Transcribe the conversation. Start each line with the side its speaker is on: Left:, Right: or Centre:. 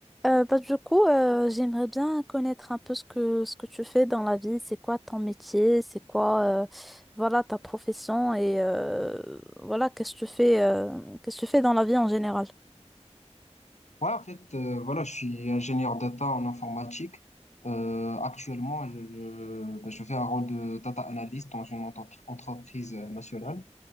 Centre: Euh, bah, du coup, euh, j'aimerais bien connaître un peu ce que, ce que tu fais dans la vie, c'est quoi ton métier, c'est quoi euh, voilà, ta profession et euh, voilà, qu'est-ce que tu fais, euh, qu'est-ce que tu fais dans la vie en général.
Left: Ouais, en fait, euh, voilà, je suis ingénieur data en informatique. Euh, actuellement, je, je, ben, je fais un rôle de data analyst dans une entre- entreprise euh, nationale.